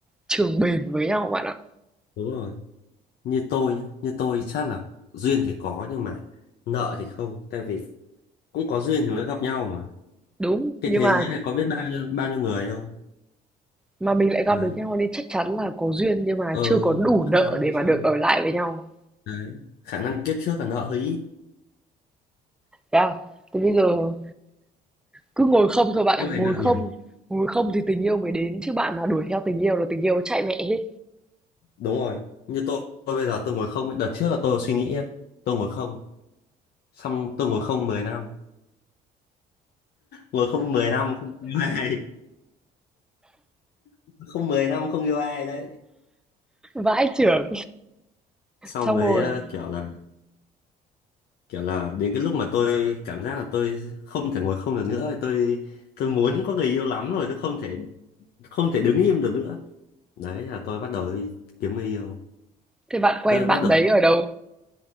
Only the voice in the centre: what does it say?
trường bền với nhau bạn ạ.
Đúng,
nhưng
mà
mà mình lại gặp
được nhau nên chắc chắn là có duyên nhưng mà
chưa có đủ
nợ
để
mà
được ở lại với nhau.
Thế à? Thế bây giờ cứ ngồi không thôi bạn
ạ, ngồi
không.
Ngồi không thì tình yêu mới đến chứ bạn mà đuổi theo tình yêu là tình yêu chạy mẹ hết.
<laughs> vãi chưởng
xong
rồi
Thế bạn quen
bạn
đấy ở đâu?